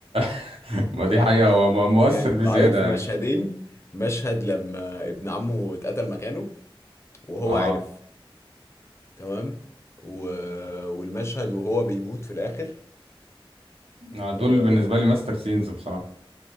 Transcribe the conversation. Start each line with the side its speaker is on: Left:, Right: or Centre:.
Right: <laughs> ما دي
Left: يعني
Right: حقيقة هو م- مؤثر
Left: يعني
Right: بزيادة
Left: بعيط في مشهدين
Right: يعني
Left: مشهد لما ابن عمه اتقتل مكانه وهو
Right: اه
Left: عارف تمام و... والمشهد وهو بيموت في الاخر
Right: آه، دول
Left: آه...
Right: بالنسبة لي ماستر سينز بصراحة